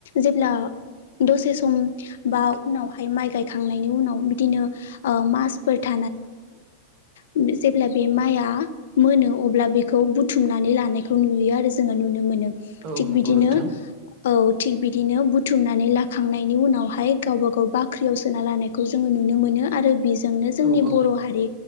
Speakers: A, on the left (about 70°); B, on the right (about 35°).
A: जेब्ला दसे सम बा उनावहाय माइ गायखांनायनि उनाव बिदिनो ओ मासफोर <unintelligible> <unintelligible> जेब्ला बे माया मोनो अब्ला बेखौ बुथुमनानै लानाय <unintelligible> नुयो आरो जोंङो नुनो मोनो।
B: औ
A: थिग
B: नंगौ
A: बिदिनो
B: नोंथां
A: औ थिग बिदिनो बुथुमनानै लाखांनायनि उनावहाय गावबा- गाव बाख्रियाव सोना लानायखौ जोंङो नुनो मोनो आरो बिजोंनो जोंनि
B: औ औ
A: बर' हारि